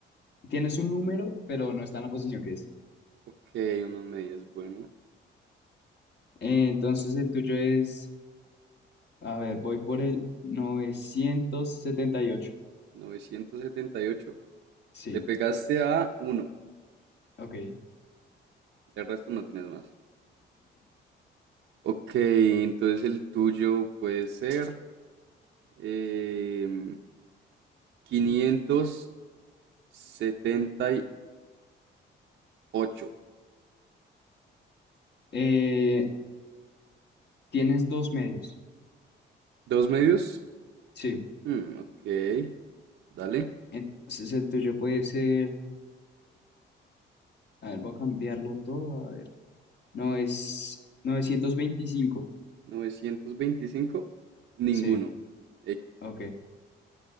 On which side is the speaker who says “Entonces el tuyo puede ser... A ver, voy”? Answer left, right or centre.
Left